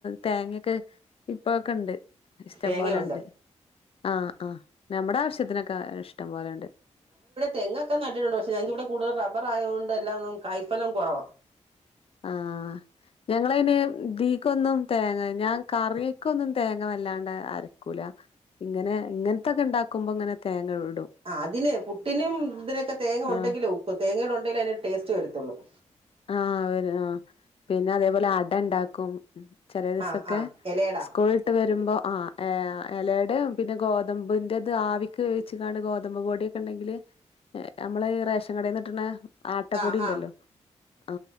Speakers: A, on the left; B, on the right.
A: തേങ്ങൊയൊക്കെ ഇപ്പഴൊക്കെ ഉണ്ട് ഇഷ്ടം
B: തേങ്ങയുണ്ട്
A: പോലെണ്ട് ആ ആ നമ്മുടെ ആവശ്യത്തിനൊക്കെ ഇഷ്ടം പോലെയണ്ട്-
B: തെങ്ങക്കെ നട്ടിട്ടുണ്ട് പക്ഷ ഞങ്ങൾക്കിവിടെ കൂട്തൽ റമ്പർ ആയ കൊണ്ട്എല്ലാം ഒന്നും- കായ്ഫലം കൊറവാ-
A: ആ ഞങ്ങളയിനെ ബി കൊന്നും തേങ്ങ ഞാൻ കറിയക്കൊന്നും തേങ്ങ വല്ലാണ്ട് അരക്കൂല ഇങ്ങനെ ഇങ്ങനത്തൊക്കെ ഇണ്ടാക്കുമ്പോ ഇങ്ങനെ തേങ്ങ ഉളു
B: ആ അതിന് പുട്ടിനും ഇതിനൊക്കെ തേങ്ങ ഉണ്ടെങ്കിലെഒക്കു
A: ആഹ്
B: തേങ്ങ ഉണ്ടെങ്കിലേ അതിന് ടേസ്റ്റ് വരത്തുള്ളൂ-
A: ആഹ് ഒരു ആഹ് പിന്നെ അതേപോലെ അട ഇണ്ടാക്കും- ചെല ദിവസൊക്കെ
B: ആ ആ എലയട
A: സ്കൂളിട്ട് വരുമ്പോ- ആ എലയുടെ പിന്നെ ഗോതമ്പിന്റെത് ആവിക്ക് വേവിച്ചണ് ഗോതമ്പ് പൊടിയൊക്കെ ഉണ്ടെങ്കില് നമ്മള് റേഷൻ കടേൽകിട്ടണ- ആട്ടപ്പൊടി
B: ആ
A: ഉണ്ടല്ലോ?
B: ആ
A: ആ